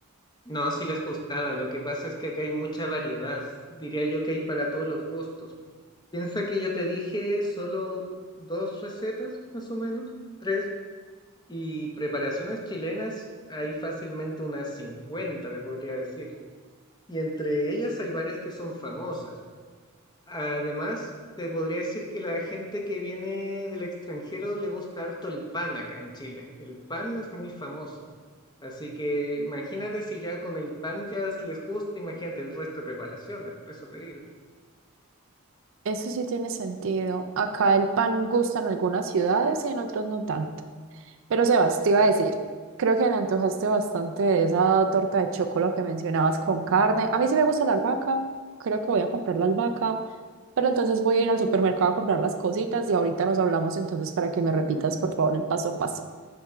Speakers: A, on the left (about 20°); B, on the right (about 60°).
A: No, si les gustaba. Lo que pasa es que acá hay mucha variedad. Diría yo que hay para todos los gustos. Piensa que yo te dije solo dos recetas, más o menos, tres. Y preparaciones chilenas hay fácilmente unas 50 te podría decir. Y entre ellas hay varias que son famosas. Además, te podría decir que la gente que viene del extranjero le gusta harto el pan acá en Chile. El pan es muy famoso. Así que imagínate si ya con el pan ya es- les gusta, imagínate el resto de preparaciones, por eso te digo.
B: Eso sí tiene sentido. Acá el pan gusta en algunas ciudades y en otras no tanto. Pero Sebas, te iba a decir, creo que me antojaste bastante de esa torta de chocolate que mencionabas con carne. A mí sí me gusta la albahaca, creo que voy a comprar la albahaca, pero entonces voy a ir al supermercado a comprar las cositas y ahorita nos hablamos entonces para que me repitas por favor el paso a paso.